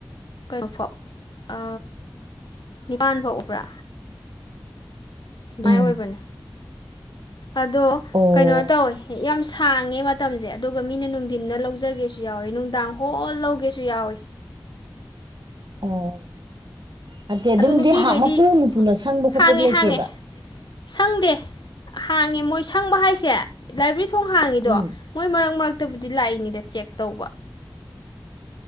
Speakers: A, on the left (about 75°); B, on the right (about 75°).
A: ꯀꯩꯅꯣꯐꯥꯎ ꯑ ꯅꯤꯄꯥꯥꯟ ꯐꯥꯎ ꯎꯕ꯭ꯔꯥ ꯚꯏ
B: ꯎꯝ
A: ꯑꯣꯏꯕꯅꯦ ꯑꯗꯣ
B: ꯑꯣ
A: ꯀꯩꯅꯣ ꯇꯧꯋꯦ ꯌꯥꯝ ꯊꯥꯡꯉꯦ ꯃꯇꯝꯁꯦ ꯑꯗꯨꯒ ꯃꯤꯅ ꯅꯨꯡꯊꯤꯟꯗ ꯂꯧꯖꯒꯦꯁꯨ ꯌꯥꯎꯋꯤ ꯅꯨꯡꯗꯥꯡ ꯍꯣꯜ ꯂꯧꯒꯦꯁꯨ ꯌꯥꯎꯋꯤ
B: ꯑꯣ ꯅꯠꯇꯦ ꯑꯗꯨꯝꯗꯤ
A: ꯑꯗꯣ ꯅꯨꯄꯤꯈꯩꯗꯤ
B: ꯍꯥ ꯃꯄꯨ ꯃꯄꯨꯅ ꯁꯪꯕ
A: ꯍꯥꯡꯉꯦ
B: ꯈꯣꯠꯄꯗꯨ ꯂꯩꯇꯦꯕ
A: ꯍꯥꯡꯉꯦ ꯁꯪꯗꯦ ꯍꯥꯡꯉꯦ ꯃꯣꯏ ꯁꯪꯕ ꯍꯥꯏꯁꯦ ꯂꯥꯏꯕ꯭ꯔꯦꯔꯤ ꯊꯣꯡ ꯍꯥꯡꯉꯤꯗꯣ
B: ꯎꯝ
A: ꯃꯣꯏ ꯃꯔꯛ ꯃꯔꯛ ꯈꯛꯇꯕꯨꯗꯤ ꯂꯥꯛꯏꯅꯤꯗ ꯆꯦꯛ ꯇꯧꯕ